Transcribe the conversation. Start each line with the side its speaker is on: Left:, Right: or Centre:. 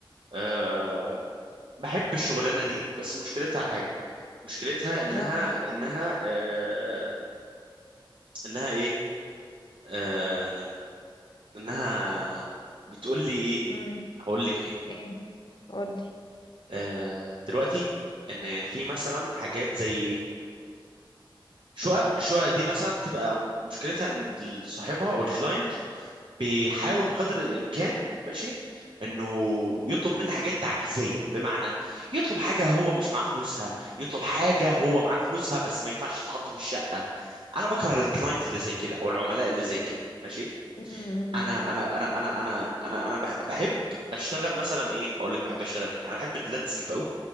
Right: أه بحب الشغلانة دي بس مشكلتها حاجة مشكلتها انها
Left: اه
Right: انها أه انها ايه أه انها بتقول لي ايه
Left: مم.
Right: هقول لك ايه
Left: ايه قولي
Right: أه دلوقتي ان في مثلا حاجات زي شقق الشقق دي مثلا بتبقى مشكلتها ان صاحبها او الكلاينت بيحاول
Left: مم.
Right: بقدر الامكان ماشي انه يطلب مني حاجات تعجيزيه بمعنى يطلب حاجه هو مش معاه فلوسها يطلب حاجه هو معاه فلوسها بس ما ينفعش تتحط في الشقه انا بكره الكلاينت اللي زي كده او العملاء اللي زي كده ماشي
Left: مم.
Right: انا انا انا انا انا انا انا بح- بحب اشتغل مثلا ايه هقول لك بحب اشتغل ايه انا بحب اللاندسكيب قوي